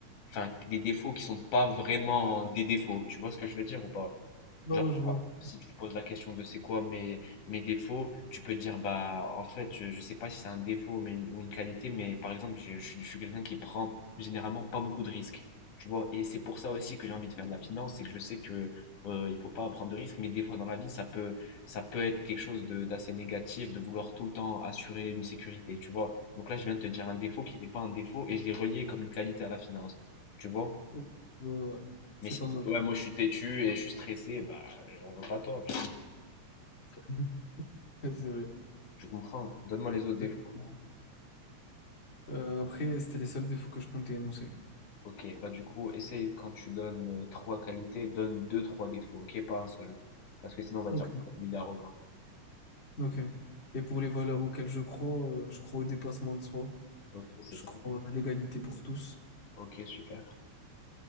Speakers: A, on the left; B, on the left.
A: Enfin, des défauts qui sont pas vraiment des défauts. Tu vois ce que je veux dire ou pas?
B: Bah
A: Genre,
B: ouais, je vois.
A: si tu poses la question de c'est quoi mes, mes défauts, tu peux te dire, bah, en fait, je, je sais pas si c'est un défaut mais, une- ou une qualité, mais par exemple, je, je suis je suis quelqu'un qui prend généralement pas beaucoup de risques. Tu vois, et c'est pour ça aussi que j'ai envie de faire de la finance, c'est que je sais que euh, il faut pas prendre de risques, mais des fois dans la vie, ça peut, ça peut être quelque chose de- d'assez négatif de vouloir tout le temps assurer une sécurité, tu vois. Donc là, je viens de te dire un défaut qui n'est pas un défaut et je l'ai relié comme une qualité à la finance, tu vois.
B: Ouais, ouais,
A: Mais
B: C'est
A: si
B: pas
A: tu
B: mal.
A: dis, ouais, moi je suis têtu et je suis stressé, bah j'en veux pas toi, tu,
B: <laughs> Mhm. Ouais, C'est vrai.
A: tu comprends. hein. Donne-moi les autres défauts.
B: Exactement. Euh, après, c'était les seuls défauts que je comptais énoncer.
A: Ok, bah du coup, essaye quand tu donnes euh, trois qualités, donne deux, trois défauts, ok, pas un seul. Parce que sinon on va
B: Ok.
A: te dire, oh, lui il est arrogant.
B: Ok. Et pour les valeurs auxquelles je crois, euh, je crois au dépassement de soi,
A: Ok, c'est
B: je
A: bon.
B: crois à l'égalité pour tous.
A: Ok, super.